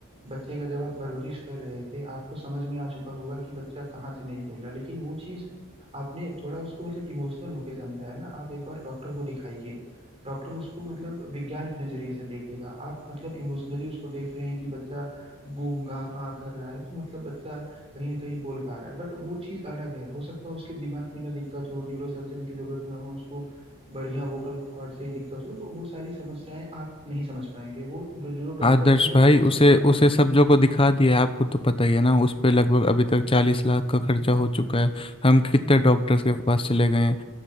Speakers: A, on the right; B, on the left.
A: बच्चे का जब आप परवरिश कर रहे थे आपको समझ में आ चुका होगा कि बच्चा कहाँ से नहीं बोल रहा लेकिन वो चीज आपने थोड़ा उसको मतलब इमोशनल होके समझाया ना आप एक बार डॉक्टर को दिखाइए डॉक्टर उसको मतलब विज्ञान के नजरिए से देखेगा आप मतलब इमोशनली उसको देख रहे हैं कि बच्चा गू गा आ कर रहा है तो मतलब बच्चा कहीं ना कहीं बोल पा रहा है बट वो चीज अलग है हो सकता है उसके दिमाग में ना दिक्कत हो न्यूरोसर्जन की जरूरत ना हो उसको बढ़िया वोकल कॉर्ड से ही दिक्कत हो तो वो सारी समस्याएं आप नहीं समझ पाएंगे वो जो जो डॉक्टर
B: आदर्श
A: रहेगा वो
B: भाई
A: अच्छे से समझ
B: उसे
A: पाएगा
B: उसे सब्जों को दिखा दिया है, आपको तो पता ही है ना उस पे लगभग अभी तक चालीस लाख का खर्चा हो चुका है हम कितने डॉक्टर्स के पास चले गए हैं